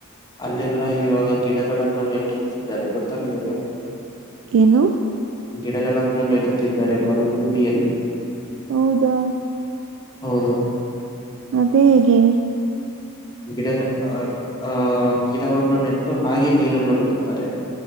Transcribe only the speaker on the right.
ಏನು
ಹೌದಾ
ಅದೇ ಏಗೆ